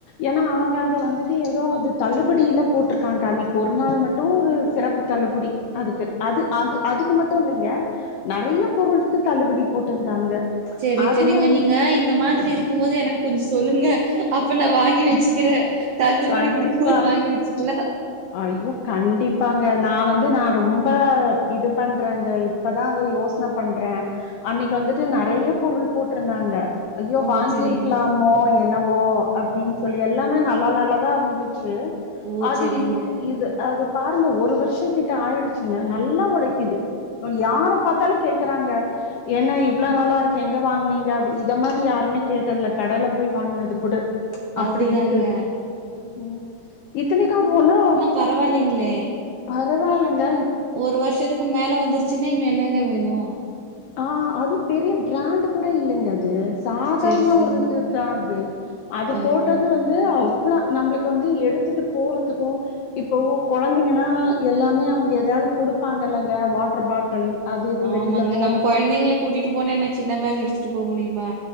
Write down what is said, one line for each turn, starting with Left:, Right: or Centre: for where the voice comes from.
Left: ஏன்னா அவங்க அத வந்துட்டு ஏதோ அது தள்ளுபடியில போட்டிருக்காங்க அன்னைக்கு ஒரு நாள் ம ட்டும் ஒரு சிறப்பு தள்ளுபடி அதுக்கு அது அது அதுக்கு மட்டும் இல்லைங்க நிறைய பொருளுக்கு தள்ளுபடி போட்டிருந்தாங்க
Right: செரி
Left: அதுல
Right: செரிங்க நீங்க இந்த மாதிரி இருக்கும் போது எனக்கு கொஞ்சம் சொல்லுங்க அப்ப நான் வாங்கி வச்சுக்கிற தள்ளுபடி
Left: கண்டிப்பா
Right: கொடுக்கும்து வாங்கி வச்சுக்கலாம்
Left: ஐயோ கண்டிப்பாங்க நா வந்து நா ரொம்ப இது பண்றேங்க இப்பதா அத யோசனை பண்றே அன்னைக்கு வந்துட்டு நெறைய பொருள் போட்ருந்தாங்க ஐயோ
Right: ஓ
Left: வாங்கிருக்கலாமோ
Right: செரிங்க
Left: என்னவோ அப்டின்னு சொல்லி எல்லாமே நல்லா நல்லதா இருந்துச்சு
Right: ஓ
Left: அது
Right: செரிங்க
Left: இன் இது அது பாருங்க ஒரு வருஷம் கிட்ட ஆயிடுச்சுங்க நல்லா உழைக்குது யார பாத்தாலு கேக்குறாங்க என்ன இவ்ளவு நல்லா இருக்கே எங்க வாங்குனீங்க அப்டி இத மாரி யாருமே கேட்டதில்ல கடைல போய் வாங்னது கூட அப்டி
Right: அதுதாங்க
Left: இருக்கது உம் இத்தனைக்கது ஒண்ணு
Right: பரவால்லைங்களே
Left: பரவால்லங்க
Right: ஒரு வருஷத்துக்கு மேல வந்துருச்சுங்க இன்னு என்னங்க வேணு
Left: ஆ அதுப் பெரிய பிராண்ட் கூட இல்லைங்க அது சாதாரண
Right: செரி செரிங்க
Left: ஒரு இதுதா அது அது போட்டது
Right: ஆமா
Left: வந்து இது அவ்ளோ நம்மளுக்கு வந்து எடுத்துட்டு போறத்துக்கும் இப்போ கொழந்தைங்கனா எல்லாமே அவங்க எதையாவது குடுப்பாங்கல்லங்க வாட்டர் பாட்டில் அது இது
Right: ஆமாங்க
Left: வெளியில போம்போது
Right: நம்ம கொழந்தைங்கள கூட்டிட்டு போனா என்ன சின்ன பேக் எடுத்துட்டு போ முடியுமா